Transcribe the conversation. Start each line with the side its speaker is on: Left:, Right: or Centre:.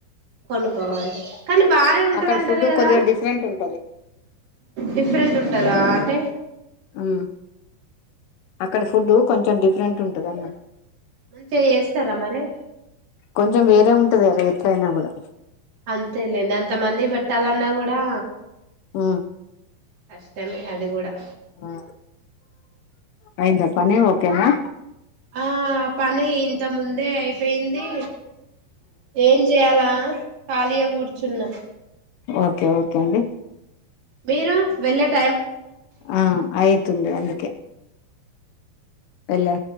Right: కొనుక్కోవాలి కానీ బాగానే ఉంటది
Left: అక్కడ
Right: అంటారు
Left: ఫుడ్
Right: కదా
Left: కొద్దిగా డిఫరెంట్ ఉంటది
Right: డిఫరెంట్ ఉంటదా తే
Left: ఉమ్ అక్కడ ఫుడ్ కొంచెం డిఫరెంట్ ఉంటదమ్మా
Right: మంచి చేస్తారా మరి
Left: కొంచెం వేరే ఉంటది గద ఎట్లయినా కూడా.
Right: అంతేలేండి అంత మందిక్ పెట్టాలన్నా కూడా
Left: ఆ
Right: కష్టమే అది కూడా.
Left: ఆ అయింద పనీ ఒ కేనా
Right: ఆ పనీ ఇంతక్ ముందే అయిపోయిందీ ఏం చేయాలా ఖాళీగ కూర్చున్న.
Left: ఓకే ఓకే అండి.
Right: మీరూ వెళ్ళట్
Left: ఆ అయితుంది అందుకే. వెళ్ల